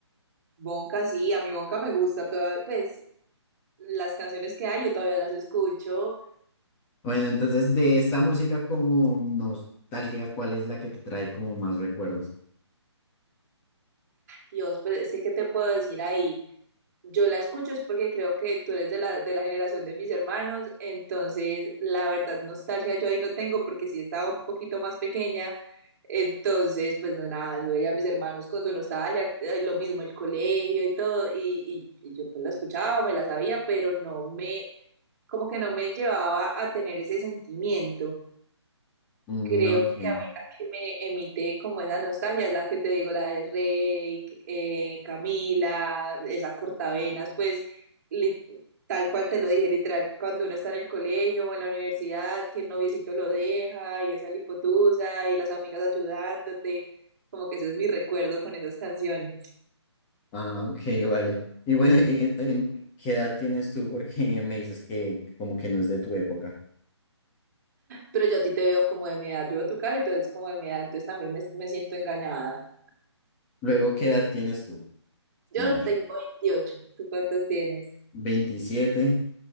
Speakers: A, on the right (about 35°); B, on the left (about 15°).
A: Bonca, sí, a mi Bonca me gusta toda, pues las canciones que hay yo todavía las escucho.
B: Bueno, entonces de esta música como nostalgia, ¿cuál es la que te trae como más recuerdos?
A: Dios, pues es que, ¿qué te puedo decir ahí? yo la escucho es porque creo que tú eres de la, de la generación de mis hermanos, entonces la verdad nostalgia yo ahí no tengo porque sí estaba un poquito más pequeña, entonces pues no nada, yo veía a mis hermanos con su nostalgia, eh, lo mismo el colegio y todo, y, y, y yo pues la escuchaba, me la sabía, pero no me, como que no me llevaba a tener ese sentimiento.
B: Mm,
A: Creo
B: ok.
A: que a mí la que me emite como esa nostalgia es la que te digo, la de Reik, eh, Camila, esa cortavenas, pues li- tal cual te lo dije, literal, cuando uno está en el colegio o en la universidad, que el noviecito lo deja y esa lipotusa y las amigas ayudándote, como que ese es mi recuerdo con esas canciones.
B: Ah, ok, vale. Y bueno, e- e- en- ¿qué edad tienes tú? Porque me dices que como que no es de tu época.
A: Pero yo a ti te veo como de mi edad, yo veo tu cara y tú eres como de mi edad, entonces también me, me siento engañada.
B: Luego, ¿qué edad tienes tú?
A: Yo
B: A ver,
A: tengo veintiocho ¿tú cuántos tienes?
B: 27.